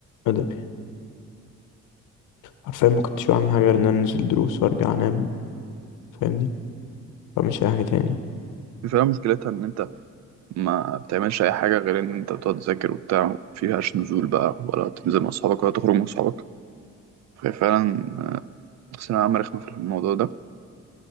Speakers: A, on the left (about 85°); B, on the right (about 65°).
A: أدبي حرفيا ما كنتش بعمل حاجة غير إن أنا أنزل دروس وأرجع أنام فاهمني مش أي حاجة تاني
B: مش هي مشكلتها إن أنت ما بتعملش أي حاجة غير إن أنت بتقعد تذاكر وبتاع مفيهاش نزول بقى ولا تنزل مع أصحابك ولا تخرج مع أصحابك ففعلا ثانوية عامة رخمة في الموضوع ده